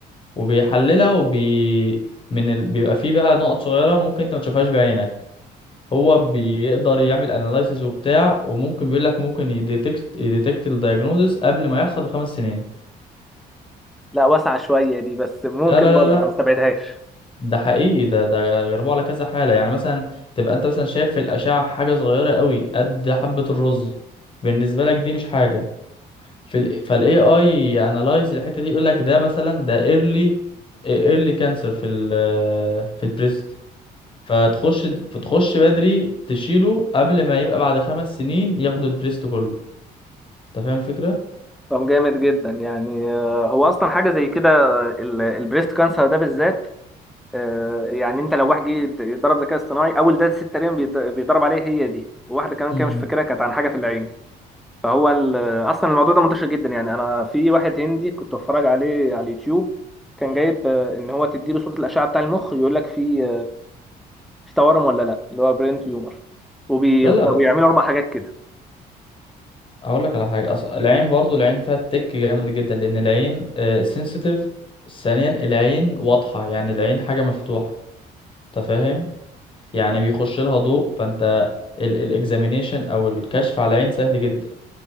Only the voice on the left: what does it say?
وبيحللها وبي من ال... بيبقى فيه بقى نقط صغيره ممكن انت ما تشوفهاش بعينك هو بيقدر يعمل اناليسيز وبتاع وممكن بيقول لك ممكن يديتكت يديتكت الدايجنوزس قبل ما يحصل بخمس سنين
لا لا
لا
ده حقيقي ده ده جربوه على كذا حالة يعني مثلا تبقى انت مثلا شايف في الأشعة حاجة صغيرة قوي قد حبة الرز بالنسبة لك دي مش حاجة في ال فال AI analyze الحتة دي يقول لك ده مثلا ده early early cancer في ال في البريست فتخش فتخش بدري تشيله قبل ما يبقى بعد خمس سنين ياخدوا البريست كله انت فاهم الفكرة؟
مم.
لا لا
اقول لك على حاجه أص... العين برضو العين فيها تك جامد جدا لان العين سنسيتيف ثانيا العين واضحه يعني العين حاجه مفتوحه انت فاهم يعني بيخش لها ضوء فانت الاكزامينيشن او الكشف على العين سهل جدا